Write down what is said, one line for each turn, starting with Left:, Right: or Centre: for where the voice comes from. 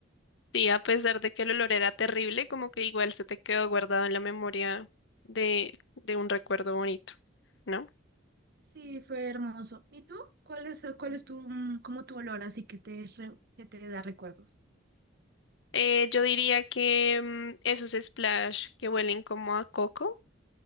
Left: Sí, a pesar de que el olor era terrible, como que igual se te quedó guardado en la memoria de, de un recuerdo bonito, ¿no?
Right: Sí, fue hermoso. ¿Y tú? ¿Cuál es, cuál es tu, mm, como tu olor así que te, re- que te da recuerdos?
Left: Eh, yo diría que mm, esos splash que huelen como a coco,